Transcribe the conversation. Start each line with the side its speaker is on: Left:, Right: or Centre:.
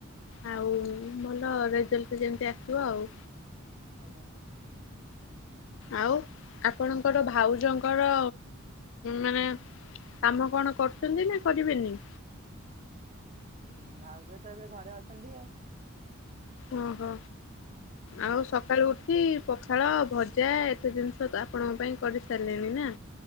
Left: ଆଉ ଭଲ ରେଜଲ୍ଟ ଯେମିତି ଆସିବ ଆଉ।
Right: ଆଜ୍ଞା।
Left: ଆଉ ଆପଣଙ୍କର ଭାଉଜଙ୍କର ମାନେ କାମ କଣ କରୁଚନ୍ତି ନା କରିବେନି?
Right: ହୁଁ ଭାଉଜ ତ ଏବେ ଘରେ ଅଛନ୍ତି ଆଉ।
Left: ଓହୋ
Right: ଆଜ୍ଞା
Left: ଆଉ ସକାଳୁ ଉଠି ପଖାଳ ଭଜା ତେ ଜିନିଷ ତ ଆପଣଙ୍କ ପାଇଁ କରିସାରିଲେଣି ନା?